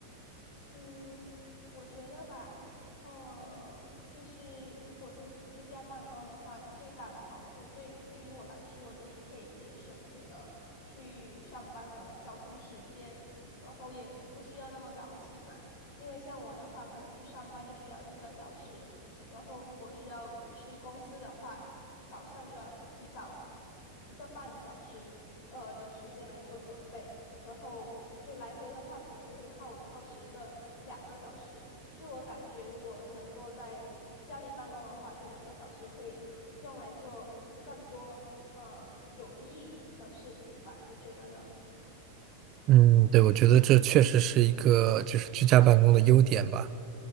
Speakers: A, on the left (about 45°); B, on the right (about 35°).
A: 嗯，我觉得吧，呃，就是如果是居家办公的话，最大的好处对对于我来说，就是可以节省这个去上班的交通时间，然后也不需要那么早起嘛。因为像我的话，可能去上班就需要一个小时，然后如果需要去公司的话，早上就要提早一个半小时呃的时间来做准备。然后就来回的话，可能就会耗耗时一个两个小时。就我感觉，如果能够在家里办公的话，这两个小时可以用来做更多嗯有意义的事情吧？你觉得呢？
B: 嗯，对，我觉得这确实是一个就是居家办公的优点吧，